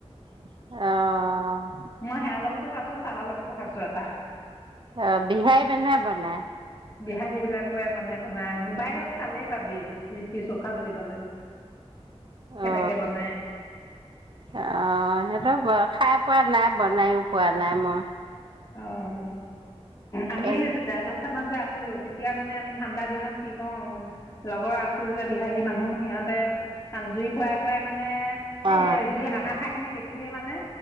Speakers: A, on the right; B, on the left.
A: অ
B: মই সোৰ লগতো খাইছো চাহৰ লগতো খাইছো এটা
A: অ বিহাৰী মানুহে বনাই
B: বিহাৰী বিলাকে মানে মানে মোবাইলত চালেই পাবি লিটি চৌখা বুলি কলে কেনেকে
A: অ
B: বনাই
A: অ সেইটো বড় খাই পোৱা নাই বনাইো পোৱা নাই মই
B: আহ আমি
A: এ
B: ৰাজস্থানত যে আছো ছিলো তেতিয়া মানে আমি ঠাণ্ডা দিনত কি কওঁ লগৰ আছিল যে বিহাৰী মানুহ সিহতে জুই ফুৱাই ফুৱাই মানে মানে
A: অ
B: এ জুই এঙেঠা খিনি দেখি খিনি মানে